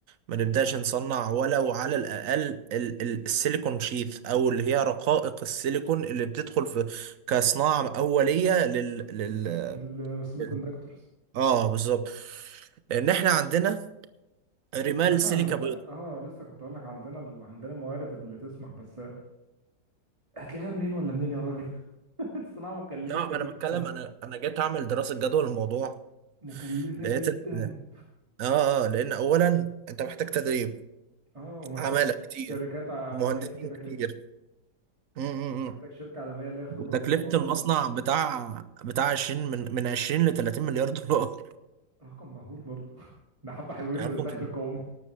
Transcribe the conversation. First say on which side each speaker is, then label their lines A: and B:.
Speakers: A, on the right (about 60°); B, on the right (about 20°).
A: ما نبداش نصنع ولو على الاقل ال- ال- السيليكون شيث او اللي هي رقائق السيليكون اللي بتدخل في كصناعه اوليه لل, لل...
B: للسيمي
A: لل...
B: كوندكتورز
A: اه بالظبط ان احنا عندنا رمال
B: ان احنا
A: سيليكا
B: عندنا
A: بيضاء
B: اه لسه كنت اقول لك عندنا ال- عندنا الموارد اللي تسمح بس هتلاقيها منين ولا منين يا راجل <laughs> الصناعة مكلفة
A: نعم انا
B: جدا
A: بتكلم انا انا جيت اعمل دراسه جدوى للموضوع
B: مكلفة
A: لقيت
B: جدا
A: ان اه اه لان اولا انت محتاج تدريب
B: اه ومحتاج
A: عماله كتير
B: شركات عالمية
A: مهندسين
B: كده
A: كتير
B: كده
A: م- م-
B: محتاج
A: م.
B: شركة عالمية ليها خبرة
A: وتكلفة
B: في الموضوع تيجي
A: المصنع بتاع بتاع 20 من من 20 ل 30 مليار دولار
B: رقم مهول برضه <laughs> ده حبة حلوين
A: عارف
B: من الدخل
A: انت مين؟
B: القومي